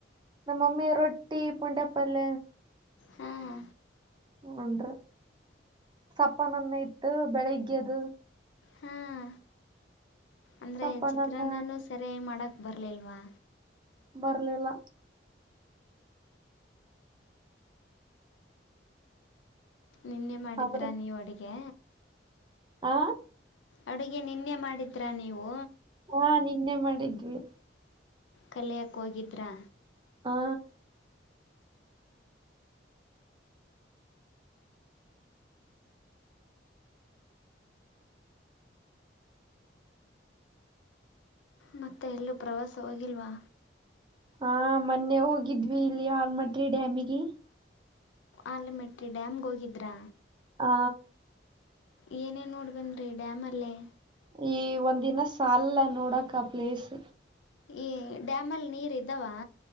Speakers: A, on the right; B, on the left.
A: ನಮ್ಮಮ್ಮಿ ರೊಟ್ಟಿ ಪುೊಂಡೆಪ್ಪಲ್ಲ
B: ಹಾಂ
A: ಹನ್ಿ ಸಪ್ಪನನ್ನ ಇಟ್ಟ ಬೆಳಗ್ದ
B: ಹಾಂ ಅಂದರೆ
A: ಸಪ್ಪನನ್ನ
B: ಚಿತ್ರಾನ್ನೂ ಸೆರಿ ಮಾಡೋಕ್ಕೆ ಬರಲಿಲ್ವಾ
A: ಬರ್ಲಿಲ್ಲ
B: ನಿನ್ನೆ ಮಾಡಿದ್ರಾ
A: ಆದ್ರೆ
B: ನೀವು ಅಡುಗೆ
A: ಆ
B: ಅಡುಗೆ ನಿನ್ನೆ ಮಾಡಿದ್ರಾ ನೀವು
A: ಹಾ ನಿನ್ನೆ ಮಾಡಿದ್ವಿ
B: ಕಲಿಯಕ್ಕೆ ಹೋಗಿದ್ರಾ
A: ಹಾ
B: ಮತ್ತೆ ಎಲ್ಲೂ ಪ್ರವಾಸ ಹೋಗಿಲ್ವಾ
A: ಹಾ ಮೊನ್ನೆ ಹೋಗಿದ್ವಿ ಇಲ್ಲಿ ಆಲ್ಮಟ್ರಿ ಡ್ಯಾಮಿಗೆ
B: ಆಲಮೆಟ್ಟಿ ಡ್ಯಾಮ್ಗೆ ಹೋಗಿದ್ರಾ
A: ಹಾ
B: ಏನೇನ್ ನೋಡ್ಬೇನ್ರಿ ಡ್ಯಾಮ್ ಅಲ್ಲೇ
A: ಈ ಒಂದಿನ ಸಾಲ ನೋಡಕ್ ಆ ಪ್ಲೇಸ್
B: ಈ ಡ್ಯಾಮಲ್ಲಿ ನೀರು ಇದ್ದಾವ